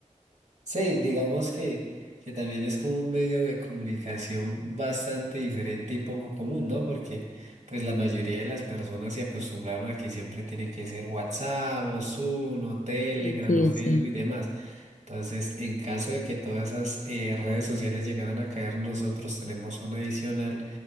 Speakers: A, on the right (about 65°); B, on the left (about 75°).
A: Sí, digamos que, que también es como un medio de comunicación bastante diferente y poco común, ¿no? Porque pues la mayoría de las personas se acostumbraron a que siempre tiene que ser WhatsApp o Zoom o Telegram
B: Sí, sí,
A: o Facebook
B: sí.
A: y demás. Entonces, en caso de que todas esas eh, redes sociales llegaran a caer, nosotros tenemos una adicional